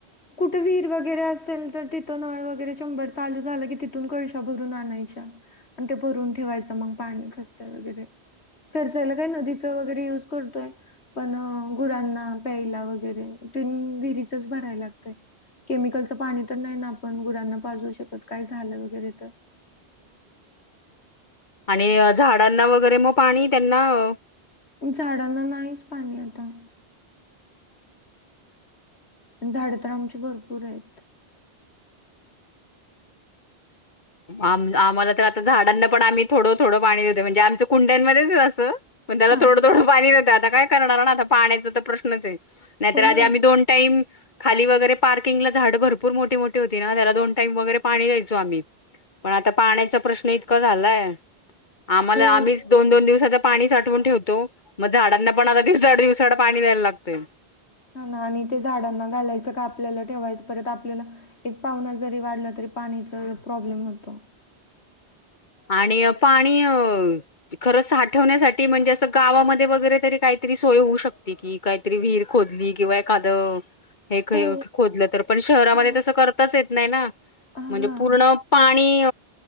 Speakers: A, on the left; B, on the left.
A: कुठे विहीर वगैरे असेल. तर तिथं नळ वगैरे शंभर चालू झालं की तिथून कळशा भरून आणायच्या आणि ते भरून ठेवायच मंग पाणी खर्चाय वगैरे खर्चायला काय नदीच वगैरे युज करतोय पण गुरांना प्यायला वगैरे तेन बी हितच भरायला केमिकलच पाणी तर नाय ना आपण गुरांना पाजू शकत काय झालं वगैरे तर?
B: आणि झाडांना वगैरे मग पाणी त्यांना अ
A: झाडांना नाहीच पाणी आता झाडं तर आमची भरपूर आहेत.
B: आम आम्हाला तर आता झाडांना पण आम्ही थोडं थोडं पाणी देतो म्हणजे आमचं कुंड्यांमध्येच असं पण त्याला
A: हा
B: थोडं थोड पाणी देतात आता काय करणार ना आता पाण्याचा तर प्रश्नच ये नाहीतर
A: हो
B: आधी
A: ना
B: आम्ही दोन टाईम खाली वगैरे पार्किंगला झाड भरपूर मोठी मोठी होती ना त्याला दोन टाईम वगैरे पाणी दयायचो आम्ही पण आता पाण्याचा प्रश्न इतका झालाय आम्हाला
A: हो.
B: आम्हीच दोन दोन दिवसाच पाणी साठवून ठेवतो म झाडांना पण आता दिवसाड दिवसाड पाणी द्यायला लागतय.
A: हा ना आणि ते झाडांना घालायचं का आपल्याला ठेवायचं परत आपल्याला एक पाहुना जरी वाढला तरी पाणीच प्रॉब्लेम होतो.
B: आणि पाणी खरं साठवण्यासाठी म्हणजे असं गावामध्ये वगैरे तरी काहीतरी सोय होऊ शकते की काहीतरी विहीर खोदली किंवा एखादं हे खे
A: हो.
B: खोदलं तर पण शहरामध्ये
A: हा
B: तसं करताच येत नाही ना
A: हा
B: म्हणजे
A: ना
B: पूर्ण पाणी